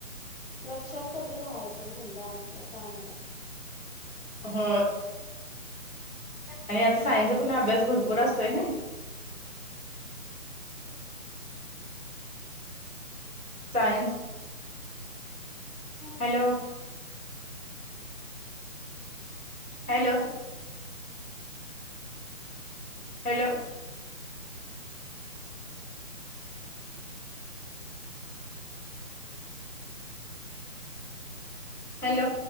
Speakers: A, on the left; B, on the left.
A: लक्षात कधी राहायचं म्हणलं आमच्या काय माहीत
B: हो आणि आता सायन्सचा पण अभ्यास भरपूर असतोय नाही हम् science hello hello hello hello